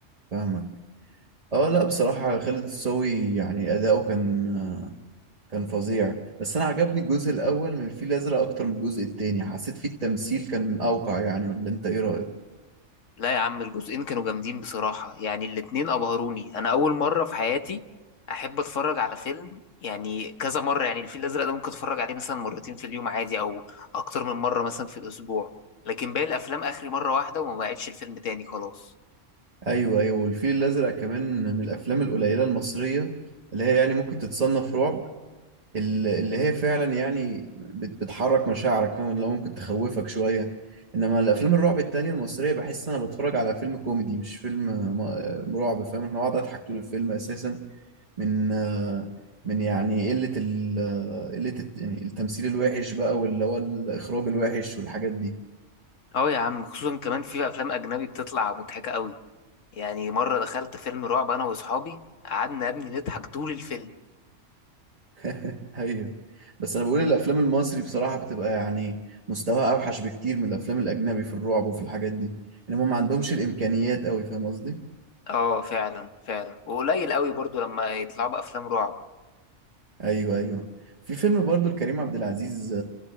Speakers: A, on the right; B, on the left.
A: فاهمك اه لا بصراحه خالد الصاوي يعني اداؤه كان كان فظيع بس انا عجبني الجزء الاول من الفيل الازرق اكتر من الجزء التاني حسيت فيه التمثيل كان اوقع يعني ولا انت ايه رايك
B: لا يا عم الجزئين كانوا جامدين بصراحة يعني الاتنين أبهروني أنا أول مرة في حياتي أحب أتفرج على فيلم يعني كذا مرة يعني الفيل الأزرق ده ممكن أتفرج عليه مثلا مرتين في اليوم عادي أو أكتر من مرة مثلا في الأسبوع لكن باقي الأفلام آخري مرة واحدة وما بقعدش الفيلم تاني خلاص
A: ايوه ايوه والفيل الازرق كمان من الافلام القليله المصريه اللي هي يعني ممكن تتصنف رعب ال- اللي هي فعلا يعني بت- بتحرك مشاعرك فاهم اللي هو ممكن تخوفك شويه انما الافلام الرعب التانية المصريه بحس ان انا بتفرج على فيلم كوميدي مش فيلم م- رعب فاهم انا اقعد اضحك طول الفيلم اساسا من آه، من يعني قلة ال آه، قلة الت- يعني التمثيل الوحش بقى واللي هو الإخراج الوحش والحاجات دي
B: أه يا عم خصوصا كمان في أفلام أجنبي بتطلع مضحكة قوي يعني مرة دخلت فيلم رعب أنا وأصحابي قعدنا يا ابني نضحك طول الفيلم
A: <laughs> أيوه بس أنا بقول الأفلام المصري بصراحة بتبقى يعني مستواها أوحش بكتير من الأفلام الأجنبي في الرعب وفي الحاجات دي إن هم ما عندهمش الإمكانيات أوي فاهم قصدي؟
B: أه فعلا فعلا وقليل قوي برضو لما يطلعوا بأفلام رعب
A: أيوه أيوه في فيلم برضو لكريم عبد العزيز